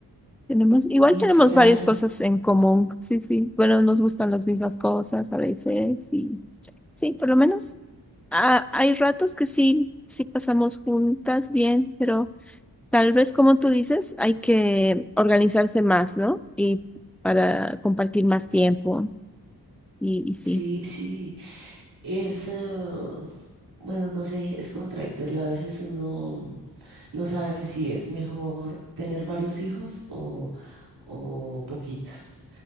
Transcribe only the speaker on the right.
Y
claro,
sí, sí. Es, eh, bueno, no sé, es contradictorio. A veces uno no sabe si es mejor tener varios hijos o, o poquitos.